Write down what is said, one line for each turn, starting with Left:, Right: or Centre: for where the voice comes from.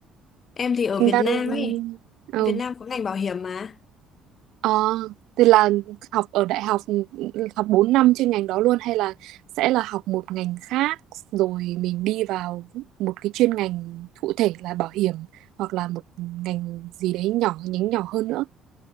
Left: em thì ở
Right: em
Left: Việt
Right: đang
Left: Nam ấy.
Right: ừ,
Left: Việt Nam có ngành bảo hiểm mà.
Right: Ờ, thì là học ở đại học ừ, học 4 năm chuyên ngành đó luôn hay là sẽ là học một ngành khác rồi mình đi vào một cái chuyên ngành cụ thể là bảo hiểm hoặc là một ngành gì đấy nhỏ nhánh nhỏ hơn nữa.